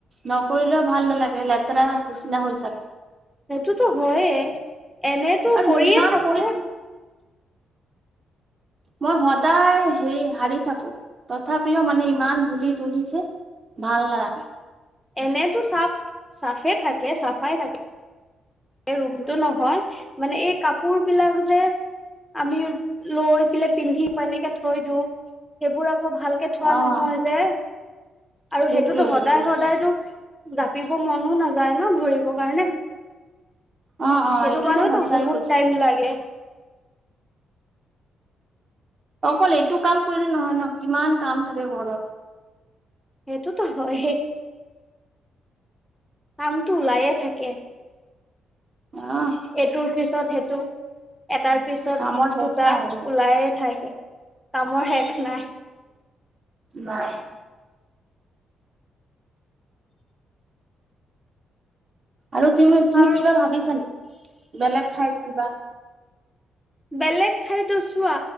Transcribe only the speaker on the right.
নকৰিলেও ভাল নালাগে লেতেৰা নিচিনা হৈ চাগে।
আৰু
যিমান
কৰি মই সদায় হেৰি হাৰি থাকো, তথাপিও মানে ইমান ধূলি ধূলি যে? ভাল নালাগে।
অ',
সেইটোৱে
সেইটোৱে
অ অ
এইটোতো
সঁচাই
কৈছে
অকল এইটো কাম কৰিলে নহয় ন? কিমান কাম থাকে ঘৰত।
অ'।
কামৰ শেষ
নাই আৰু
নাই। আৰু তুমি তুমি
কিবা ভাবিছা নেকি বেলেগ ঠাইত কিবা?